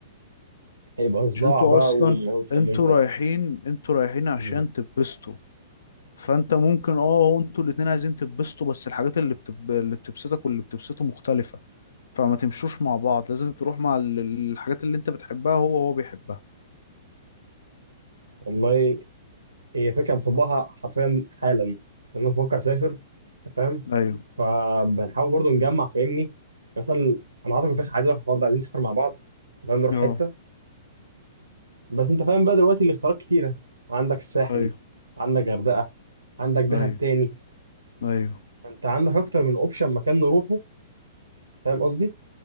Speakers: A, on the right; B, on the left.
A: هيبقى صداع
B: عشان انتوا
A: بقى
B: اصلا
A: ومش
B: انتوا
A: هيبقى ممتع
B: رايحين انتوا رايحين عشان
A: مم.
B: تبسطوا فانت ممكن اه هو انتوا الاتنين عايزين تبسطوا بس الحاجات اللي بتب... اللي بتبسطك واللي بتبسطه مختلفة فما تمشوش مع بعض لازم تروح مع ال- الحاجات اللي انت بتحبها هو هو بيحبها
A: والله هي فكره مطبقها حرفيا حالا لان انا بفكر اسافر أنت فاهم
B: ايوه
A: فبنحاول برضو نجمع فاهمني مثلا انا عايزك كنت عايز اروح النهارده عايزين نسافر مع بعض تمام نروح
B: اه
A: حته بس انت فاهم بقى دلوقتي الاختيارات كتيره عندك الساحل
B: ايوه
A: عندك غردقه عندك دهب
B: ايوه
A: تاني
B: ايوه
A: فانت عندك اكتر من اوبشن مكان نروحه فاهم قصدي